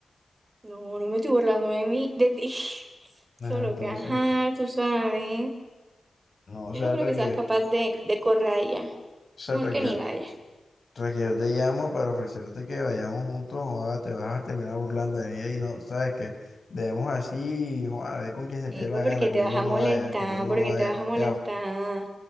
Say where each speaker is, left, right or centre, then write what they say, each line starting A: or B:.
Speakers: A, on the right; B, on the left.
A: No, no me estoy burlando de mí, de ti. <laughs>
B: Ajá,
A: Solo
B: Entonces,
A: que, ajá, tú sabes.
B: no, o
A: Yo
B: sea,
A: no
B: el
A: creo
B: regué,
A: que seas capaz de, de correr allá.
B: o sea,
A: Mejor
B: el regué
A: que ni vayas.
B: Tras que yo te llamo para ofrecerte que vayamos juntos, joda, te vas a terminar burlando de mí y no, sabes que debemos así, joda, ve con quien se te
A: Ey,
B: dé la
A: pues,
B: gana,
A: porque
B: conmigo
A: te vas a
B: no
A: molestar,
B: vayas, conmigo
A: porque
B: no vayas,
A: te vas a molestar.
B: chao.